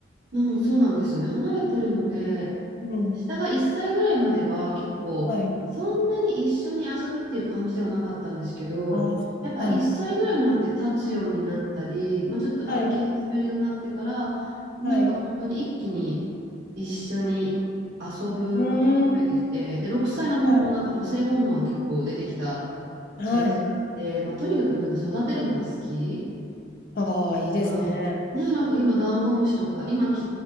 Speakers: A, on the right; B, on the left.
A: うん、そうなんですよね。離れてるので、
B: うんうん。
A: 下が1歳ぐらいまでは結構、
B: はい。
A: そんなに一緒に遊ぶっていう感じではなかったんですけど、
B: ああ、
A: やっぱ1歳ぐらいになって立つようになったり、
B: はい。
A: まあ、ちょっと歩き始めるようになってから、
B: はい。
A: なんか本当に一気に一緒に遊ぶことが増えてきて、
B: はい。うーん。
A: で、6歳の方もなんか母性本能が結構出てきた
B: はい。はい。
A: 感じがあって、まあ、とにかくなんか育てるのが好き。
B: ああ、いいですね。
A: 今、ね、なんか今、ダンゴムシとか、今、昨